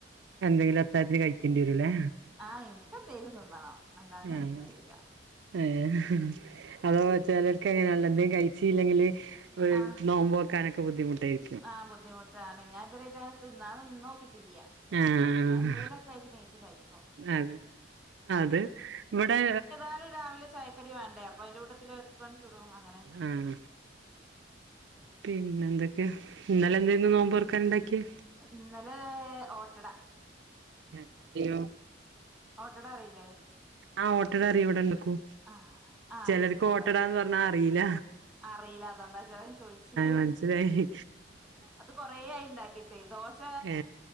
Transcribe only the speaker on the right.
എന്തെങ്കിലും അത്താഴത്തിനു കഴിക്കേണ്ടി വരൂല്ലേ
ആഹ്
ഏഹ് അതോ ചെലർക്ക് അങ്ങനാ <unintelligible> കഴിച്ചീല്ലെങ്കില് <unintelligible>
നോമ്പ് തൊറക്കാനൊക്കെ ബുദ്ധിമുട്ടായിരി
ആഹ്
അതെ അത് ഇവിടെ
ഉം പിന്നെ എന്തൊക്കെ ഇന്നലെ എന്തെന്ന് നോമ്പർക്കാൻ ഉണ്ടാക്കിയേ
ക്കറിയോ
ആ ഓട്ടട അറിയൊ ഇവിടെണ്ടക്കൂ
ചെലർക്ക്
ഓട്ടടാന്ന്
പറഞ്ഞാ അറിയീല
മനസ്സിലായി
ഏ